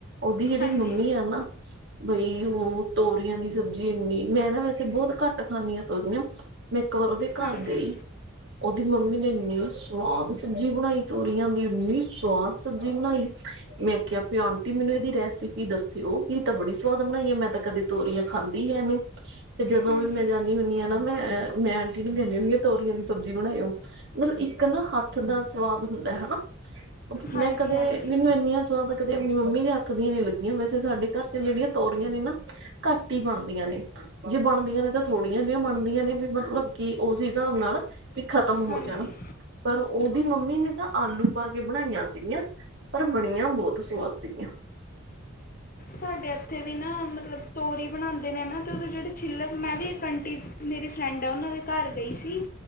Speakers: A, on the right (about 60°); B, on the left (about 45°).
A: ਓਦੀ ਜੇੜੀ
B: ਹਾਂਜੀ
A: ਮੰਮੀ ਆ ਨਾ ਬਈ ਓ ਤੋਰੀਆਂ ਦੀ ਸਬਜ਼ੀ ਏਨੀ ਮੈਂ ਨਾ ਵੈਸੇ ਬਹੁਤ ਘੱਟ ਖਾਂਣੀ ਹਾਂ ਤੋਰੀਆਂ। ਮੈਂ ਇੱਕ ਵਾਰ ਓਦੇ ਘਰ
B: ਹਾਂਜੀ
A: ਗਈ। ਓਦੀ ਮੰਮੀ ਨੇ ਏਨੀ ਸਵਾਦ ਸਬਜ਼ੀ ਬਨਾਈ ਤੋਰੀਆਂ ਦੀ ਏਨੀ ਸਵਾਦ ਸਬਜ਼ੀ ਬਣਾਈ। ਮੈਂ ਕਿਹਾ ਪਿ ਆਂਟੀ ਮੈਨੂੰ ਏਦੀ ਰੈਸਪੀ ਦੱਸਿਓ ਏ ਤਾਂ ਬੜੀ ਸਵਾਦ ਬਨਾਈ ਏ ਮੈਂ ਤਾਂ ਕਦੇ ਤੋਰੀਆਂ ਖਾਂਦੀ ਹੈ ਨੀ। ਤੇ ਜਦੋਂ
B: ਹਾਂਜੀ
A: ਵੀ ਮੈਂ ਜਾਂਨੀ ਹੁੰਨੀ ਆਂ ਨਾ ਮੈਂ, ਮੈਂ ਆਂਟੀ ਨੂੰ ਕਹਿੰਨੀ ਹੁੰਨੀ ਆਂ ਤੋਰੀ ਦੀ ਸਬਜ਼ੀ ਬਨਾਇਓ ਮਤਲਬ ਇੱਕ ਨਾ ਹੱਥ ਦਾ ਸਵਾਦ ਹੁੰਦੈ ਹਨਾ।
B: ਹਾਂਜੀ
A: ਮੈਂ ਕਦੇ
B: ਹਾਂਜੀ
A: ਮੈਨੂੰ ਏਨੀਆਂ ਸਵਾਦ ਕਦੇ ਆਪਣੀ ਮੰਮੀ ਦੇ ਹੱਥ ਦੀਆਂ ਨੀ ਲੱਗੀਆਂ ਵੈਸੇ ਸਾਡੇ ਘਰ ਚ ਜੇੜੀਆਂ ਤੋਰੀਆਂ ਨੇ ਨਾ। ਘੱਟ ਈ ਬਣਦੀਆਂ ਨੇ। ਜੇ ਬਣਦੀਆਂ ਨੇ ਤਾਂ ਥੋੜੀਆਂ ਜੇਹੀਆਂ ਬਣਦੀਆਂ ਨੇ ਵੀ ਮਤਲਬ ਕੀ ਓਸ ਹਿਸਾਬ ਨਾਲ। ਵੀ ਖਤਮ
B: ਹਾਂਜੀ
A: ਹੋ ਜਾਣਾ ਪਰ ਓਦੀ ਮੰਮੀ ਨੇ ਤਾਂ ਆਲੂ ਪਾ ਕੇ ਬਣਾਈਆਂ ਸੀਗੀਆਂ। ਪਰ ਬਣੀਆਂ ਬਹੁਤ ਸੁਵਾਦ ਸੀਗੀਆਂ।
B: ਸਾਡੇ ਇੱਥੇ ਵੀ ਨਾ ਮਤਲਬ ਤੋਰੀ ਬਣਾਉਂਦੇ ਨੇ ਨਾ ਤੇ ਉਹਦੇ ਜਿਹੜੇ ਛਿੱਲੜ ਮੈਂ ਵੀ ਇੱਕ ਆੰਟੀ ਮੇਰੀ ਫਰੈਂਡ ਆ, ਉਹਨਾਂ ਦੇ ਘਰ ਗਈ ਸੀ।